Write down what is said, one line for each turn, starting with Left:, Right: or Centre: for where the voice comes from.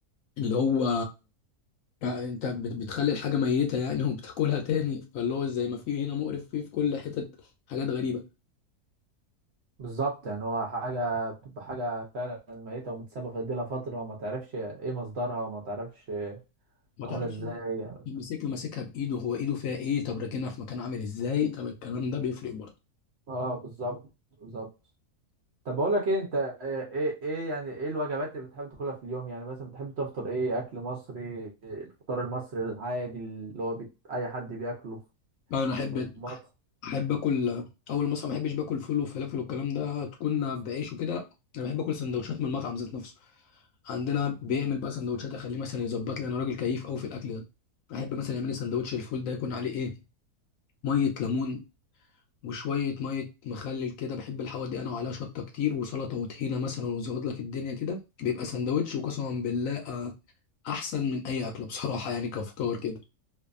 Left: اللي هو يعني انت بت- بتخلي الحاجه ميته يعني <laughs> وبتاكلها تاني فاللي هو زي ما في هنا مقرف فيه في كل حتة حاجات غريبه
Right: بالظبط يعني هو حاجه بتبقى حاجه فعلا ميته ومتسابه في لها فتره وما تعرفش ايه مصدرها وما تعرفش
Left: ما
Right: معموله
Left: تعرفش
Right: ازاي
Left: لما
Right: يعني.
Left: ماسكها ماسكها بايده هو ايده فيها ايه طب راكنها في مكان عامل ازاي طب الكلام ده بيفرق برضه
Right: اه بالظبط بالظبط طب بقول لك ايه انت آه، ايه ايه يعني ايه الوجبات اللي بتحب تاكلها في اليوم يعني مثلا بتحب تفطر ايه اكل مصري إيه الفطار المصري العادي اللي هو بيت... اي حد بياكله
Left: يعني انا احب
Right: في مصر
Left: احب اكل اول ما اصحى ما احبش باكل فول وفلافل والكلام ده تكون بعيش وكده انا بحب اكل سندوتشات من المطعم ذات نفسه عندنا بيعمل بقى سندوتشات اخليه مثلا يظبط لي انا راجل كيف قوي في الاكل ده احب مثلا يعمل لي سندوتش الفول ده يكون عليه ايه ميه ليمون وشويه ميه مخلل كده بحب الحوار دي انا وعليها شطه كتير وسلطه وطحينه مثلا ويظبط لك الدنيا كده بيبقى سندوتش وقسما بالله آه، احسن من اي اكله بصراحه يعني كافكار كده